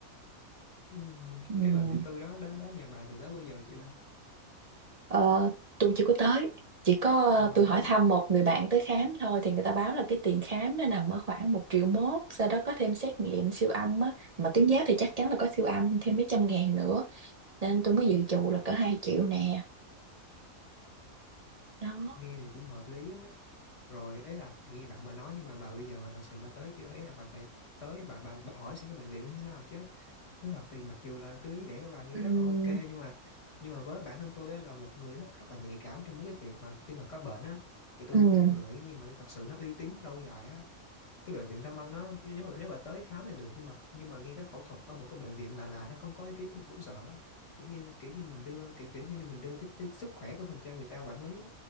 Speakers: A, on the left; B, on the right.
A: Ừ.
B: ừ.
A: Cái bệnh viện tư đó đó đó nhà bà từng tới bao giờ chưa?
B: Ờ, tôi chưa có tới chỉ có
A: Cái
B: ờ,
A: tầm anh
B: tôi hỏi
A: đó
B: thăm một người bạn tới khám thôi thì người ta báo là cái tiền khám nó nằm ở khoảng một triệu mốt sau đó có thêm xét nghiệm siêu âm á mà tuyến giáp thì chắc chắn là có siêu âm thêm mấy trăm ngàn nữa nên tôi mới dự trù là cỡ hai triệu nè đó
A: nghe thì cũng hợp lý á rồi ấy là nghe bạn bà nói nhưng mà bà bây giờ bà thật sự bà tới chưa ấy là bà phải tới bà bà, bà hỏi xem cái bệnh viện nó thế nào chứ nói thật thì mặc dù là cái lý lẽ của bà nghe
B: Ừm,
A: rất là ok nhưng mà nhưng mà với bản thân tôi á, là một người rất rất là nhạy cảm trong mấy cái việc mà khi mà có bệnh á thì tôi
B: ừm.
A: luôn luôn lựa những cái gì mà tôi thật sự nó uy tín lâu dài á cái bệnh viện Tâm Anh nó nếu mà nếu mà tới khám thì được nhưng mà nhưng mà nghe tới phẫu thuật ở một cái bệnh viện lạ lạ nó không có ý kiến mình cũng sợ á. kiểu như kiểu như mình đưa kiểu kiểu như mình đưa cái, cái sức khỏe của mình cho người ta quản lý á.